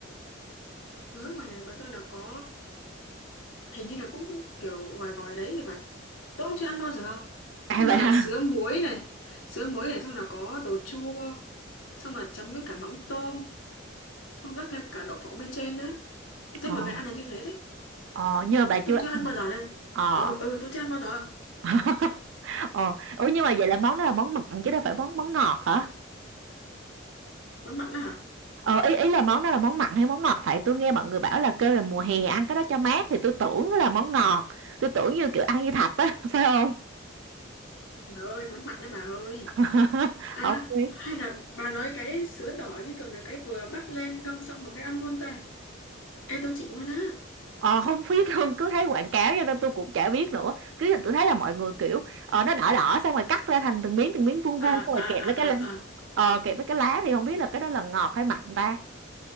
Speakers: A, on the left; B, on the right.
A: Sứa ngoài này bọn tôi là có... Hình như là cũng kiểu gòi gòi đấy thì phải. Tôi cũng chưa ăn bao giờ.
B: <laughs> à
A: Nhưng
B: vậy
A: mà là
B: hả
A: sứa muối này. Sứa muối này xong là có đồ chua. Xong là chấm với cả mắm tôm. Xong rắc thêm cả đậu phộng bên trên nữa. Tôi thấy
B: ờ
A: mọi người ăn là như thế đấy.
B: ờ nhưng mà bà chưa
A: tôi
B: ăn
A: chưa ăn bao giờ nên
B: ờ
A: ừ ừ tôi chưa ăn bao giờ
B: <laughs> ờ ủa nhưng mà vậy là món đó là món mặn chứ đâu phải món món ngọt hả
A: món mặn đó hả
B: Ờ, ý ý là món đó là món mặn hay món ngọt tại tôi nghe mọi người bảo là kêu là mùa hè ăn cái đó cho mát thì tôi tưởng nó là món ngọt tôi tưởng như kiểu ăn như thạch á <laughs> phải không
A: bà ơi món mặn đó bà ơi
B: <laughs>
A: à
B: không biết
A: hay là bà nói cái sứa đỏ như kiểu là cái vừa bắt lên ngâm xong một cái ăn luôn ta ê tôi chịu luôn á
B: ờ không biết luôn cứ thấy quảng cáo cho nên tôi cũng chả biết nữa cứ tôi thấy là mọi người kiểu ờ, nó đỏ đỏ xong rồi cắt ra thành từng miếng từng miếng vuông
A: à
B: vuông xong
A: à
B: rồi kẹp với
A: à
B: cái
A: à
B: lá
A: à
B: ờ, kẹp với cái lá thì không biết là cái đó là ngọt hay mặn ta